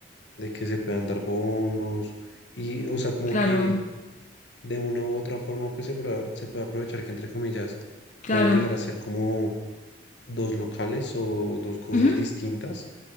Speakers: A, on the left; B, on the left.
A: de que se puedan dar bonos, y o sea, como
B: claro,
A: que de una u otra forma, pues se, prueba- se puede aprovechar que entre comillas
B: claro.
A: pueden llegar a ser como dos locales o dos cosas
B: Ujú,
A: distintas,